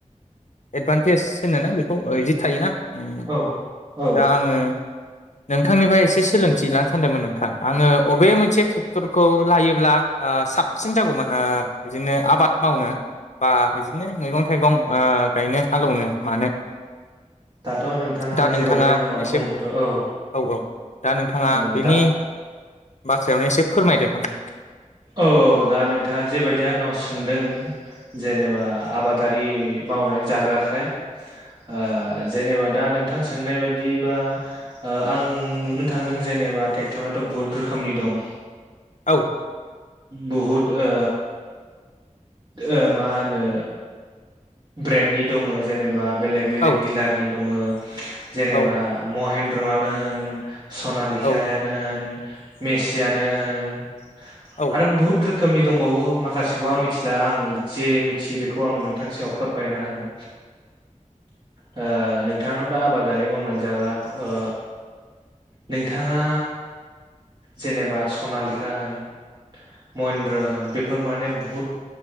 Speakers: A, on the left; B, on the right.
A: एदभान्टेज होनोना बेखौ ओ बिदि थायोना उम
B: औ औ
A: दा आङो नोंथांनिफ्राय एसे सोलोंथि लानो सानदोंमोन नोंथां आङो अबे मोनसे ट्रेक्टरखौ लायो जेब्ला ओ साबसिन जागौमोन ओ बिदिनो आबाद मावनो बा बिदिनो मैगं थाइगं ओ गायनो हालौवनो मानो
B: दाथ' नोंथाङा
A: दा
B: जेबायदि आंनाव
A: एसे
B: बुंहरदो औ
A: औ औ दा नोंथाङा
B: औ
A: बेनि
B: दा
A: बाथ्रायावनो एसे फोरमायदो खोमा
B: औ औ दा नोंथाङा जेबायदि आंनाव सोंदों जेनेबा आबादारि मावनानै जाग्राखाय ओ जेनेबा दा नोंथां सोंनाय बायदि बा ओ आं नुनो थांदों जेनेबा बा ट्रेक्टराथ' बुहुत रोखोमनि दं
A: औ
B: बहुद ओ ओ मा होनो ब्रेन्डनि दङ जेनेबा बेलेग बेलेग
A: औ
B: डिलारनि दङ जेनेबा
A: औ
B: महेन्द्रआनो होन सनालिखायानो
A: औ
B: होन मेसियानो होन
A: औ
B: आरो बुहुत रोखोम रोखोमनि दंबावो माखासेखौ आं मिथिला आं जे मिथियो बेखौ आं नोंथां सायाव फोरमायना होगोन ओ नोंथांनाव दा आबादारि मावनानै जाग्रा ओ नोंथाङा जेनेबा सनालिखा होन महेन्द्र होन बेफोर माने बुहुद